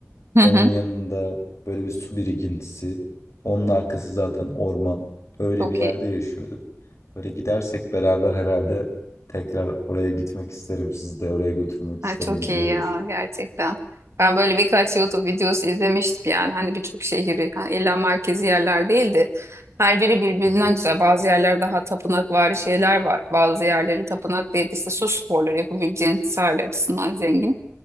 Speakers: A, on the right (about 65°); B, on the left (about 70°).
A: Hı
B: Onun
A: hı.
B: yanında böyle bir su birikintisi. Onun arkası zaten orman. Öyle
A: Çok
B: bir yerde
A: iyi.
B: yaşıyorduk. Böyle gidersek beraber herhalde tekrar oraya gitmek isterim. Sizi de oraya götürmek
A: Ha,
B: isterim.
A: çok
B: Güzel
A: iyi
B: olur.
A: ya gerçekten. Ben böyle birkaç YouTube videosu izlemiştim yani hani birçok şehri hani illa merkezi yerler değildi. Her biri birbirinden
B: Hı hı.
A: güzel. Bazı yerler daha tapınakvari şeyler var. Bazı yerleri tapınak değil işte su sporları yapabileceğin sahil açısından zengin.